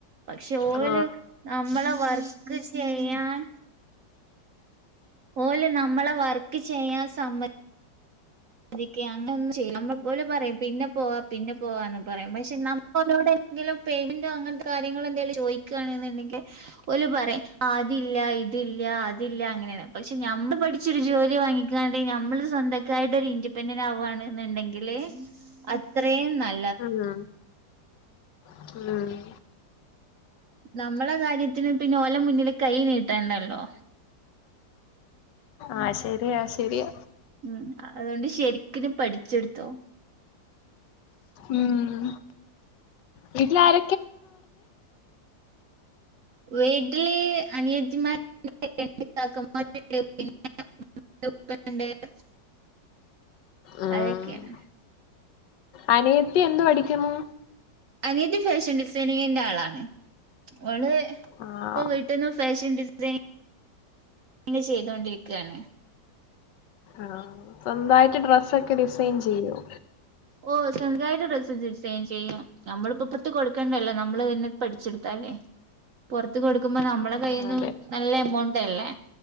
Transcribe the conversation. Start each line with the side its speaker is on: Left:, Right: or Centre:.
Right: പക്ഷെ ഓല്
Left: ആ
Right: നമ്മളെ വർക്ക് ചെയ്യാൻ ഓല് നമ്മളെ വർക്ക് ചെയ്യാൻ സമ്മ തിക്കെ അങ്ങനൊന്നും ചെയ്യി നമ്മൾ ഓല് പറയും പിന്ന പോവാ പിന്ന പോവാന്ന് പറയും പക്ഷെ നമ്മ് ഓരോട് എന്തെങ്കിലും പേയ്മെന്റൊ അങ്ങനത്ത കാര്യങ്ങളെന്തേലും ചോയിക്കാണെന്നുണ്ടെങ്കി ഓല് പറയും അതില്ലാ ഇതില്ലാ അതില്ലാ അങ്ങനെയാണ് പക്ഷെ ഞമ്മള് പഠി ച്ചൊരു ജോലി വാങ്ങിക്കാണ്ടെ ഞമ്മള് സ്വന്തക്കായിട്ടൊരു ഇ ദിപ്പന്റടാവുവാണ്ന്ന്ണ്ടെങ്കില് അത്രേം നല്
Left: ആഹാ ആഹ്
Right: നമ്മളെ കാര്യത്തിന് പിന്നോല മുന്നില് കൈ നീട്ടണ്ടല്ലോ
Left: ആ ശെരിയാ ശെരിയ
Right: ഉം അതുകൊണ്ട് ശരിക്കിന് പഠിച്ചെടുത്തോ
Left: ഉം വീട്ടിലാര
Right: വീട്ടി അനിയത്തിമാ <unintelligible>
Left: ആഹ്
Right: അതെക്കെയാണ്
Left: അനിയത്തി എന്ത് പഠിക്കുന്നു?
Right: അനിയത്തി ഫേഷൻ ഡിസൈനിങ്ങിന്റെ ആളാണ് ഓള്
Left: ആഹ്
Right: ഇപ്പൊ വീട്ടീന്ന് ഫാഷൻ ഡിസൈ ന് ചെയ്തോണ്ടിരിക്കാണ്
Left: ആഹ് സ്വന്തായിട്ട് ഡ്രസ്സൊക്കെ ഡിസൈൻ ചെയ്യോ?
Right: ഓ സ്വന്തായിട്ട് ഡ്രസ്സ്‌ ഡിസൈൻ ചെയ്യും നമ്മളിപ്പോപത്ത് കൊടുക്കണ്ടല്ലോ നമ്മള് തന്നെ പഠിച്ചെടുത്താലേ പൊറത്ത് കൊടുക്കുമ്പോ നമ്മളെ കയ്ന്ന്
Left: അതെ
Right: നല്ല എമൗണ്ടല്ലേ